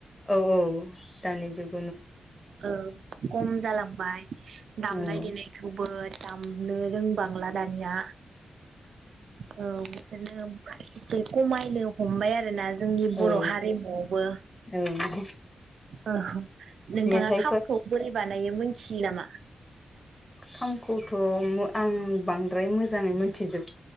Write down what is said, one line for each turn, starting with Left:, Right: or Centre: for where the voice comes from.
Left: औ औ दानि जुग
Right: औ खम जालांबाय दामनाय
Left: औ
Right: देनायखौबो दामनो रोंबांला दानिया औ बिदिनो एसे खमायनो हमबाय आरोना जोंनि बर'
Left: औ
Right: हारिमुआवबो
Left: औ औ
Right: औ। नोंथाङा
Left: मेथाइफोर
Right: खामखौ बोरै बानायो मोन मिनथियो नाम
Left: खामखौथ' मो आं बांद्राय मोजाङै मोनथिजोब